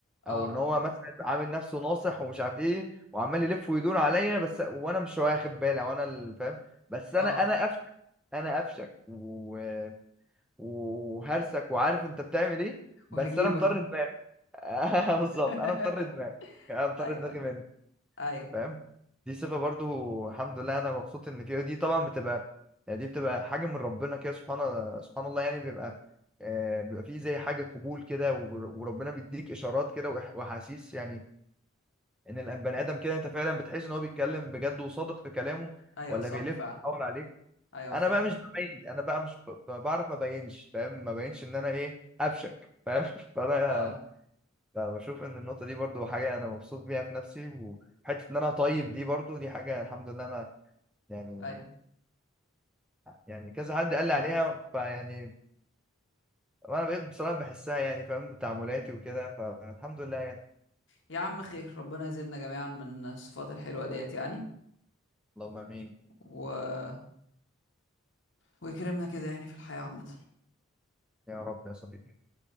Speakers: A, on the left; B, in the centre.
A: اه
B: او ان هو مثلا عامل نفسه ناصح ومش عارف ايه وعمال يلف ويدور عليا بس وانا مش واخد بالي وانا اللي فاهم بس
A: اه
B: انا انا قفشه انا قفشك و... وهرسك وعارف انت بتعمل ايه
A: وهجيبك
B: بس انا مطر دماغي <laughs> بالظبط
A: <laughs>
B: انا مطر دماغي انا مطر
A: ايوه
B: دماغي
A: ايوه
B: منك
A: ايوه
B: فاهم دي صفة برضو الحمد لله انا مبسوط ان فيها ودي طبعا بتبقى يعني دي بتبقى حاجة من ربنا كده سبحان سبحان الله يعني بيبقى آه، بيبقى فيه زي حاجة قبول كده ور- وربنا بيديك إشارات كده وإح- وأحاسيس يعني إن البني آدم كده أنت فعلا بتحس إن هو بيتكلم بجد وصادق في كلامه
A: ايوه
B: ولا
A: صح
B: بيلف
A: فعلا
B: ويدور عليك
A: ايوه
B: أنا
A: صح
B: بقى مش
A: فعلا
B: ببين أنا بقى مش ب- ب- بعرف ما بينش فاهم ما بينش إن أنا إيه أبشك فاهم <laughs> فأنا
A: اه
B: فبشوف ان النقطه دي برضو حاجه انا مبسوط بيها في نفسي وحته ان انا طيب دي برضو دي حاجه الحمد لله انا يعني
A: ايوه
B: يعني كذا حد قال لي عليها فيعني وانا بقيت بصراحه بحسها يعني فاهم تعاملاتي وكده فالحمد لله يعني
A: يا عم خير ربنا يزيدنا جميعا من الصفات الحلوة ديت يعني
B: اللهم امين
A: و... ويكرمنا كده يعني في الحياة عامة
B: يا رب يا صديقي